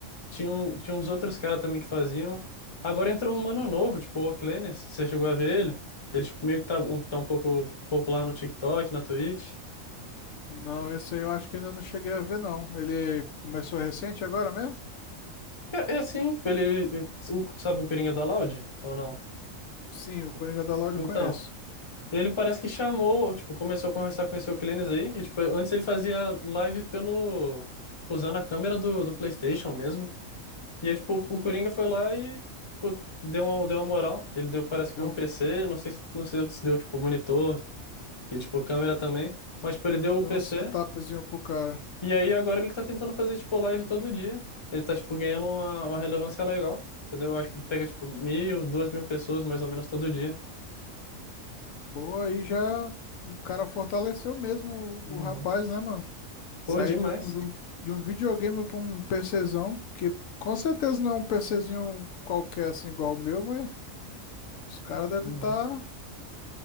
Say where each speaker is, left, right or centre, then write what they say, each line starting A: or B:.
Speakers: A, on the left; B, on the left.
A: Tinha, um- tinha uns outros caras também que faziam. Agora entrou um mano novo, tipo, o Oclenes. Você chegou a ver ele? Ele, tipo, meio que tá um, tá um pouco popular no TikTok, na Twitch.
B: Não, esse aí eu acho que ainda não cheguei a ver, não. Ele começou recente agora mesmo?
A: Cara, é assim, tipo, ele. o- sabe o Coringa da Loud? Ou não?
B: Sim, o Coringa da Loud
A: Então,
B: eu conheço.
A: ele parece que chamou, tipo, começou a conversar com esse Oclenes aí. E, tipo, antes ele fazia live pelo. Tipo, Usando a câmera do, do PlayStation mesmo. E aí, tipo, o Coringa foi lá e tipo, deu uma, deu uma moral. Ele deu, parece que
B: Deu,
A: um PC,
B: um-
A: não sei, se- não sei se deu, tipo, monitor e, tipo, câmera também. Mas, tipo, ele deu
B: deu
A: o PC.
B: um setupzinho pro cara.
A: E aí, agora ele tá tentando fazer, tipo, live todo dia. Ele tá, tipo, ganhando uma, uma relevância legal. Entendeu? Eu acho que pega, tipo, mil, duas mil pessoas, mais ou menos, todo dia.
B: Pô, aí já o cara fortaleceu mesmo o,
A: Uhum,
B: o rapaz, né, mano? Saí
A: Pô, demais.
B: de um, de um, de um videogame para um PCzão, que com certeza não é um PCzinho qualquer assim igual o meu, mas os caras devem
A: uhum,
B: estar tá